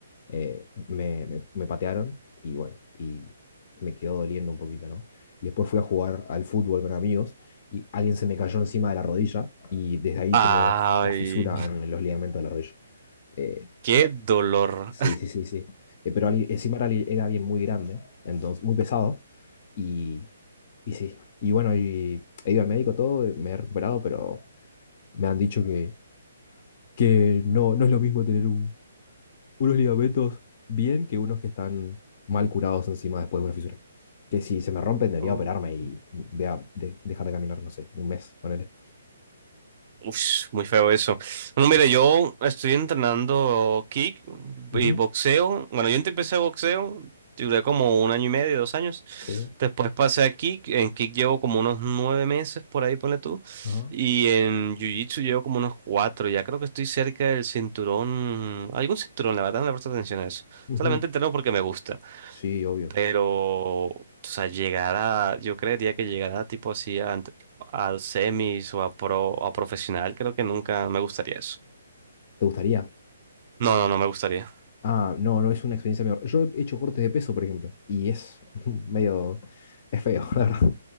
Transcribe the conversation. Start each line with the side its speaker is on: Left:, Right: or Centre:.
Left: eh, me, me- me patearon y bueno, y me quedó doliendo un poquito, ¿no? Y después fui a jugar al fútbol con amigos y alguien se me cayó encima de la rodilla y desde ahí
Right: Ay,
Left: tengo la fisura en los ligamentos de la rodilla. Eh,
Right: qué dolor.
Left: Sí, sí, sí, sí. Eh, pero ali- encima era, ali- era alguien muy grande, entonces muy pesado. Y, y sí. Y bueno, y he ido al médico todo, eh, me he recuperado, pero me han dicho que, que no, no es lo mismo tener un- unos ligamentos bien que unos que están mal curados encima después de una fisura. Que si se me rompen debería
Right: <laughs>
Left: operarme y vea, de- dejar de caminar, no sé, un mes, ponele.
Right: Ush, muy feo eso. Bueno,
Left: Sí.
Right: mire, yo estoy entrenando kick
Left: Ujú.
Right: y boxeo. Bueno, yo empecé boxeo, duré como un año y medio, dos años.
Left: Sí.
Right: Después pasé a kick. En kick llevo como unos nueve meses, por ahí ponle tú.
Left: Ajá.
Right: Y en jiu-jitsu llevo como unos cuatro. Ya creo que estoy cerca del cinturón. Algún cinturón, la verdad, no le presto atención a eso.
Left: Ujú.
Right: Solamente entreno porque me gusta.
Left: Sí, obvio.
Right: Pero, o sea, llegar a, yo creería que llegar a tipo así a, ant- a semis o a pro o a profesional, creo que nunca me gustaría eso.
Left: ¿Te gustaría?
Right: No, no, no me gustaría.
Left: Ah, no, no es una experiencia mejor. Yo he hecho cortes de peso, por ejemplo, y es <laughs> medio, es feo, <laughs> la verdad.